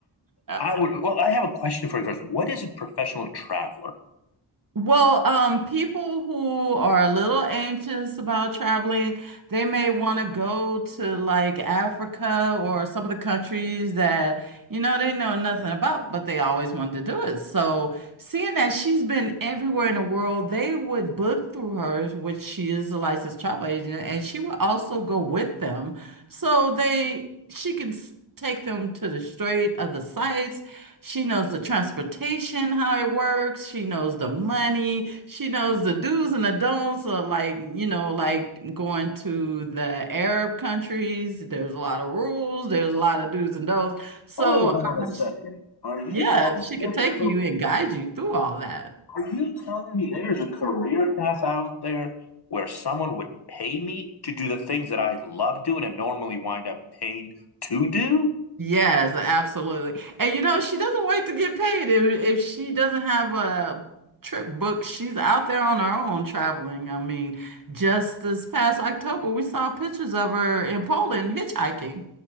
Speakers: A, on the right (about 45°); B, on the left (about 55°).
A: <laughs>
B: I would, well, I have a question for you first. What is a professional traveler?
A: Well, um, people who are a little anxious about traveling, they may want to go to like Africa or some of the countries that, you know, they know nothing about, but they always wanted to do it. So, seeing that she's been everywhere in the world, they would book through her, which she is a licensed travel agent, and she would also go with them. So they she can s- take them to the straight of the sights. She knows the transportation, how it works. She knows the money. She knows the do's and the don'ts of like, you know, like going to the Arab countries. There's a lot of rules. There's a lot of do's and don'ts. So,
B: Hold on
A: um,
B: a second. Are you
A: yeah,
B: telling
A: she
B: me
A: could
B: there's
A: take
B: a
A: you and guide you through all that.
B: Are you telling me there's a career path out there where someone would pay me to do the things that I love doing and normally wind up paying to do?
A: Yes, absolutely. And you know, she doesn't wait to get paid. If if she doesn't have a trip booked, she's out there on her own traveling. I mean, just this past October, we saw pictures of her in Poland hitchhiking.